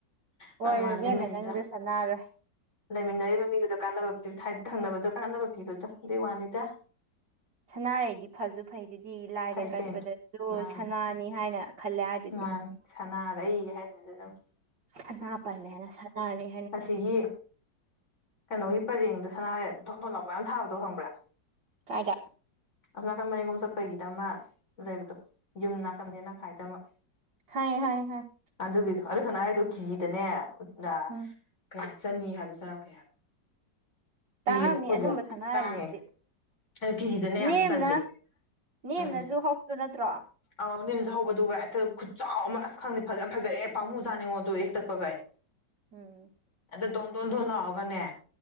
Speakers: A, on the right (about 70°); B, on the left (about 40°).
A: ꯑꯣꯏꯔꯣꯏ
B: ꯄ꯭ꯔꯃꯥꯟꯗꯤ
A: ꯕꯦꯝꯃꯥ
B: ꯂꯩꯇ꯭ꯔꯥ
A: ꯅꯪꯗꯣ ꯁꯥꯟꯅꯔꯣꯏ
B: ꯂꯩꯃꯤꯟꯅꯔꯤꯕ ꯃꯤꯗꯨꯗ ꯀꯥꯟꯅꯕꯤꯄꯤ ꯊꯠ ꯊꯪꯅꯕꯗꯨ ꯀꯥꯟꯅꯕ ꯄꯤꯕꯆꯣ ꯗꯨꯏꯋꯥꯅꯦꯗꯥ
A: ꯁꯅꯥꯔꯩꯗꯤ ꯐꯥꯁꯨ ꯐꯩꯗꯨꯏꯗꯤ ꯂꯥꯏꯗ
B: ꯐꯩ
A: ꯀꯠꯄꯗꯁꯨ
B: ꯀꯩꯅꯣ ꯃꯥꯅꯤ
A: ꯁꯥꯅꯥꯅꯤ ꯍꯥꯏꯅ ꯈꯜꯂꯦ ꯍꯥꯏꯗꯨꯗꯤ
B: ꯃꯥꯅꯤ ꯁꯟꯅꯥꯔꯩ ꯍꯥꯏꯁꯤꯅ ꯗꯨꯅꯕꯨ
A: ꯁꯥꯟꯅꯥ ꯄꯜꯂꯦ ꯍꯥꯏꯅ ꯁꯥꯟꯅꯔꯦ
B: ꯑꯁꯤꯒꯤ ꯀꯩꯅꯣꯒꯤ ꯄꯔꯦꯡꯗ ꯁꯥꯅꯥꯔꯩ ꯊꯣꯠ ꯊꯣꯟ ꯂꯥꯎꯕ ꯌꯥꯝ ꯊꯥꯕꯗꯣ ꯈꯪꯕ꯭ꯔꯥ?
A: ꯀꯥꯏꯗꯥ?
B: ꯑꯁꯣꯝ ꯅꯀꯥꯟ ꯃꯅꯤꯡꯔꯣꯝ ꯆꯠꯄꯥꯒꯤꯗ ꯑꯃꯥ ꯂꯩꯕꯗꯣ ꯌꯨꯝ ꯅꯥꯛꯀꯟ ꯌꯦꯅꯈꯥꯏꯗ ꯑꯃ
A: ꯈꯪꯉꯦ ꯈꯪꯉꯦ ꯈꯪꯉꯦ
B: ꯑꯗꯨꯒꯤꯗꯣ ꯑꯗꯨ ꯁꯥꯅꯥꯔꯩꯗꯣ ꯀꯤꯖꯤꯗꯅꯦ <unintelligible> ꯑꯥ
A: ꯎꯝ
B: ꯀꯩꯍꯥꯏꯕ ꯆꯥꯅꯤ ꯍꯥꯏꯕ꯭ꯔꯣ ꯆꯝꯃꯥꯈꯩ ꯍꯥꯏꯕ꯭ꯔꯣ ꯄꯤꯌꯦꯕ
A: ꯇꯥꯡꯉꯝꯅꯤ
B: ꯑꯣꯈꯣꯏꯕꯣꯛ
A: ꯑꯗꯨꯝꯕ ꯁꯅꯥꯔꯩꯗꯨꯗꯤ
B: ꯇꯥꯡꯉꯦ ꯑꯗꯨ ꯀꯤꯖꯤꯗꯅꯦ ꯌꯥꯝꯁꯨ
A: ꯅꯦꯝꯅ
B: ꯆꯟꯗꯦ
A: ꯅꯦꯝꯅꯁꯨ
B: ꯎꯝ
A: ꯍꯧꯕꯗꯨ ꯅꯠꯇ꯭ꯔꯣ?
B: ꯑꯧ ꯅꯦꯝꯖꯨ ꯍꯧꯕꯗꯨꯒ ꯍꯦꯛꯇꯥ ꯈꯨꯠꯆꯥꯎ ꯑꯃ ꯑꯁ ꯈꯪꯗꯦ ꯐꯥꯖꯥ ꯐꯖꯩꯌꯦ ꯄꯥꯝꯃꯨ ꯖꯠꯅꯤꯉꯣ ꯗꯨꯏ ꯍꯦꯛꯇꯠꯄꯒꯩ
A: ꯎꯝ
B: ꯑꯗꯨ ꯗꯣꯟ ꯗꯣꯟ ꯇꯣꯟ ꯂꯥꯎꯒꯅꯦ